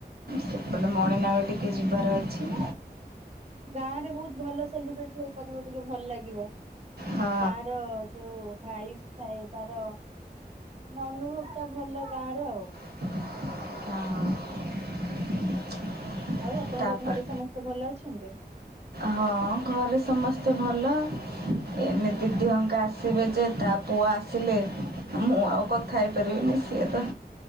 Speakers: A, on the right (about 70°); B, on the right (about 40°).
A: ସେପଟେ ମଣିନାଗ ଟିକେ ଯିବାର ଅଛି।
B: ହଁ ଗାଁ ରେ ବହୁତ ଭଲ ସେଲିବ୍ରେଟି ହେଇପାରିବ ଟିକେ ଭଲ ଲାଗିବ।
A: ହଁ
B: ଗାଁ ର ଯୋଉ ଭାଇ ଥାଏ ତାର ନା ଅନୁଭୋବ ଟା ଭଲ ଗାଁର ଆଉ।
A: ହଁ।
B: ଆଉ ଆପଣଙ୍କ
A: ତାପରେ
B: ଘରେ ସମସ୍ତେ ଭଲ ଅଛନ୍ତି।
A: ହଁ ଘରେ ସମସ୍ତେ ଭଲ ଏଇନେ ଦିଦି ଅଙ୍କା ଆସିବେ ଯେ ତାପ ପୁଅ ଆସିଲେ ମୁଁ ଆଉ କଥା ହେଇ ପାରିବିନି ସିଏ ତ।